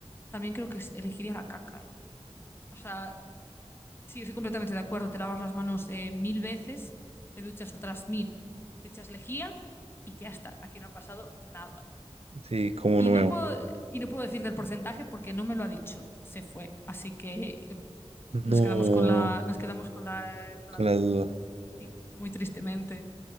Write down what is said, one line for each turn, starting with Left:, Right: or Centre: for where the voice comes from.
Left: también creo que elegiría la caca, ¿eh? O sea, Sí, estoy completamente de acuerdo. Te lavas las manos eh, mil veces, te duchas otras mil, te echas lejía y ya está. Aquí no ha pasado nada.
Right: sí, como
Left: Y
Right: nuevo.
Left: no puedo, y no puedo decir del porcentaje porque no me lo ha dicho. Se fue. Así que eh,
Right: No,
Left: nos quedamos con la, nos quedamos con la, con
Right: con
Left: la,
Right: la duda.
Left: sí, muy tristemente.